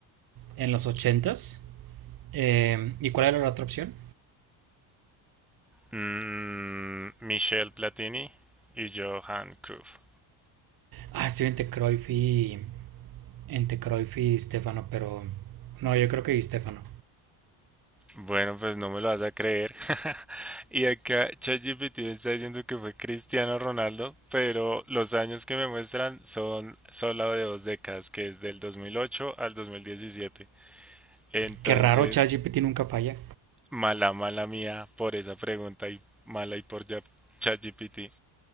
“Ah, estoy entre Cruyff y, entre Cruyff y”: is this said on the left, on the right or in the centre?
Right